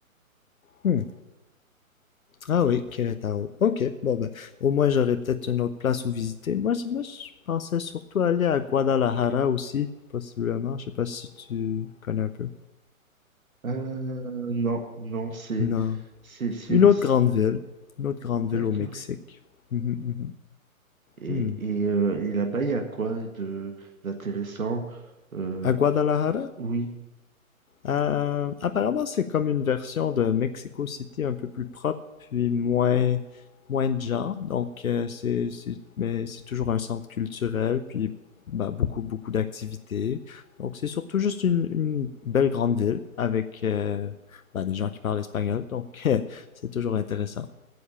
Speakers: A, on the left (about 70°); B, on the right (about 75°).
A: hmm. Ah oui, Querétaro. Ok, bon ben, au moins j'aurais peut-être une autre place où visiter. Moi, je- moi, je pensais surtout aller à Guadalajara aussi, possiblement. Je sais pas si tu connais un peu.
B: Euh, non, non, c'est,
A: Non.
B: c'est, c'est,
A: Une autre
B: c'est-
A: grande ville. Une autre grande
B: d'accord.
A: ville au Mexique. Mhm, mhm.
B: Et,
A: Hmm.
B: et euh, et là-bas, il y a quoi de d'intéressant? Euh,
A: À Guadalajara?
B: oui,
A: Euh, apparemment, c'est comme une version de Mexico City un peu plus propre, puis moins, moins de gens. Donc, euh, c'est, c'est, mais c'est toujours un centre culturel, puis bah, beaucoup, beaucoup d'activités. Donc, c'est surtout juste une, une belle grande ville avec euh, bah, des gens qui parlent espagnol. Donc, <laughs> euh, c'est toujours intéressant.